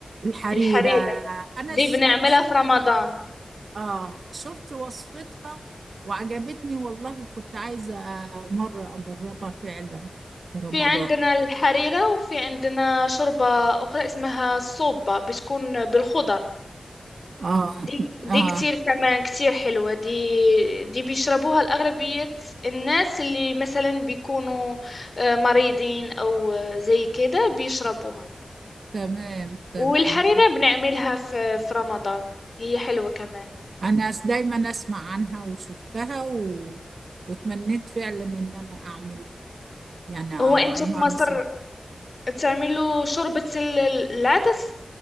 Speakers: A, on the right; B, on the left.
A: الحريرة
B: الحريرة
A: أنا
B: دي
A: الش-
B: بنعملها
A: الشوربة
B: في رمضان
A: دي آه شفت وصفتها وعجبتني والله وكنت عايزة مرة أجربها فعلا في رمضان
B: في عندنا الحريرة وفي عندنا شوربة أخرى اسمها الصوبة بتكون بالخضر
A: آه
B: دي دي
A: آه
B: كتير كمان كتير حلوة دي دي بيشربوها الأغلبية الناس اللي مثلا بيكونوا آه، مريضين أو آه، زي كده بيشربوها
A: تمام تمام
B: والحريرة بنعملها في في رمضان هي حلوة كمان
A: أنا أس- دايما أسمع عنها وشفتها و... وتمنيت فعلا إن أنا أعملها يعني أعمل
B: هو انتوا في مصر تعملوا شوربة ال- العدس